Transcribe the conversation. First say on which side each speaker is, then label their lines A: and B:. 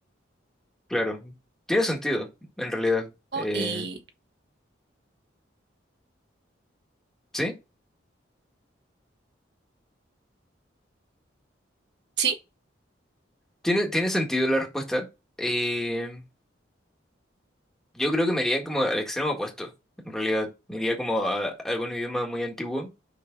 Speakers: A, in the centre; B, on the right.
A: Claro, tiene sentido, en realidad.
B: trabajo
A: Eh,
B: y...
A: ¿sí?
B: Sí,
A: Tiene, tiene sentido la respuesta. Eh, yo creo que me iría como al extremo opuesto, en realidad. Me iría como a algún idioma muy antiguo,